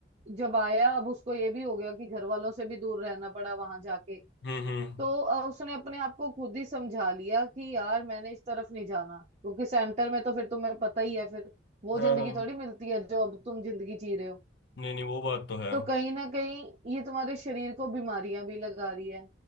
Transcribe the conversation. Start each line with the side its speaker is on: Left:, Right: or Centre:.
Right: जब आया अब उसको ये भी हो गया कि घर वालों से भी दूर रहना पड़ा वहां जाके
Left: हम्म हम्म
Right: तो अ, उसने अपने आप को खुद ही समझा लिया कि यार मैंने इस तरफ नहीं जाना क्योंकि सेंटर में तो फिर तुम्हें पता ही है फिर वो
Left: हाँ
Right: जिंदगी
Left: हाँ
Right: थोड़ी मिलती है जो अब तुम जिंदगी जी रहे हो
Left: नहीं नहीं वो बात तो है
Right: तो कहीं ना कहीं ये तुम्हारे शरीर को बीमारियां भी लगा रही है